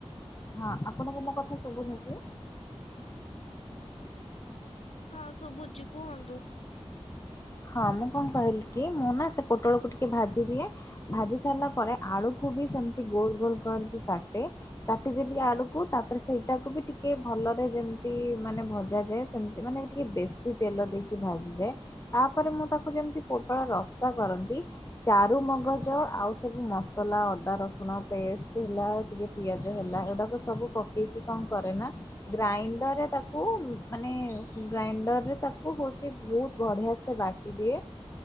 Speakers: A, on the left; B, on the left.
A: ହଁ ଆପଣଙ୍କୁ ମୋ କଥା ଶୁଭୁନି କି?
B: ହଁ ସୁଭୁଚି କୁହନ୍ତୁ।
A: ହଁ ମୁଁ କଣ କହିଲି କି ମୁଁ ନା ସେ ପୋଟଳକୁ ଟିକେ ଭାଜି ଦିଏ। ଭାଜି ସାରିଲା ପରେ ଆଳୁକୁ ବି ସେମତି ଗୋଲ ଗୋଲ କରିକି କାଟେ। କାଟିଦେଲି ଆଳୁକୁ ତାପରେ ସେଇଟାକୁ ବି ଟିକେ ଭଲରେ ଯେମତି ମାନେ ଭଜା ଯାଏ ସେମତି ସେ ମାନେ ଏବେ ଟିକେ ବେଶୀ ତେଲ ଦେଇକି ଭାଜିଯାଏ। ତାପରେ ମୁଁ ତାକୁ ଯେମିତି ପୋଟଳ ରସା କରନ୍ତି। ଚାରୁ ମଗଜ ଆଉ ସବୁ ମସଲା ଅଦା ରସୁଣ ପେଷ୍ଟ ହେଲା ଟିକେ ପିଆଜ ହେଲା ଏଗୁଡ଼ାକ ସବୁ ପକେଇକି କଣ କରେ ନା ଗ୍ରାଇଣ୍ଡରରେ ତାକୁ ମାନେ ଗ୍ରାଇଣ୍ଡର ରେ ତାକୁ ହଉଛି ବହୁତ ବଢିଆ ସେ ବାଟି ଦିଏ